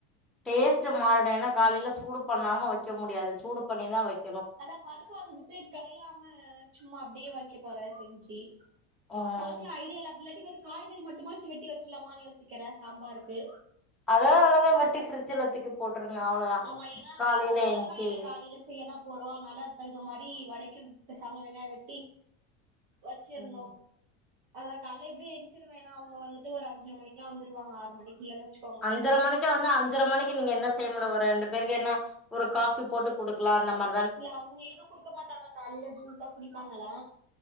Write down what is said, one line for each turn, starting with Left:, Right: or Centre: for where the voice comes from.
Centre: டேஸ்ட் மாறிடு ஏன்னா காலைல சூடு பண்ணாம வெக்க முடியாது சூடு பண்ணிதா வெக்
Right: அதா பருப்பு வந்துட்டு கடையாம சும்மா அப்டே வக்க போற செஞ்சி
Centre: ம்
Right: பாக்கலா ஐடியா இல்ல இல்லாட்டி வெறு காய்கறி மட்டுமாச்சு வெட்டி வச்சிலாமான்னு யோசிக்கிற சாம்பாருக்கு
Centre: அத அழகா வெட்டி ஃப்ரிட்ஜில தூக்கி போட்டுருங்க அவ்ளோதா
Right: ஆமா ஏனா நம்ம
Centre: காலையில
Right: ஒரு நாள்லா
Centre: எந்ச்சி
Right: இல்ல காலைல செய்யதா போறோ அதுனால அதுக் தகுந்த மாரி வடைக்கு பெசாம வெங்காய வெட்டி வச்சிர்ணு
Centre: ம்
Right: அதா கால எப்டியு ஏன்ச்சிருவே ஏனா அவுங்க வந்துட்டு ஒரு அஞ்சர மணிக்குலா வந்துருவாங்க ஆறு மணிக்குள்ளனு வச்சி
Centre: அஞ்சர மணி க்கு வந்து அஞ்சர மணிக்கு நீங்க என்ன செய்ய முடி ஒரு ரெண்டு பேருக்கு என்ன ஒரு காஃபி போட்டு குடுக்கலா அந்த மா
Right: இல்ல அவுங்க எதுவு குடுக்க மாட்டாங்க காலில ஜூஸ் தா குடிப்பாங்கலா